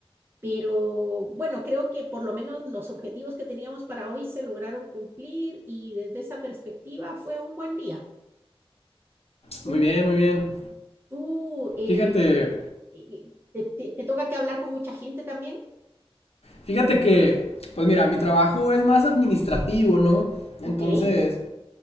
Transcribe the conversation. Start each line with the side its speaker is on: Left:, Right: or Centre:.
Right: pero bueno, creo que por lo menos los objetivos que teníamos para hoy se lograron cumplir y desde esa perspectiva fue un buen día. Tú,
Left: muy bien, muy bien.
Right: tú eh,
Left: Fíjate,
Right: eh, eh, te, te- te toca que hablar con mucha gente también.
Left: fíjate que, pues mira, mi trabajo es más administrativo, ¿no? Entonces,
Right: Ok.